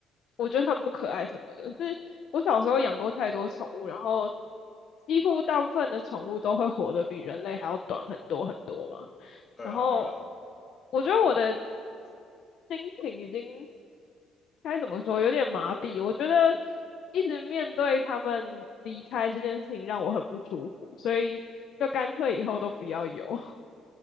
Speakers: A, on the left (about 65°); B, on the left (about 40°).
A: 我觉得它们不可爱什么的，是我小时候养过太多宠物，然后几乎大部分的宠物都会活得比人类还要短很多很多嘛。
B: 对啊，
A: 然后
B: 对啊。
A: 我觉得我的心情已经该怎么说，有点麻痹。我觉得一直面对它们离开这件事情让我很不舒服，所以就干脆以后都不要有。<laughs>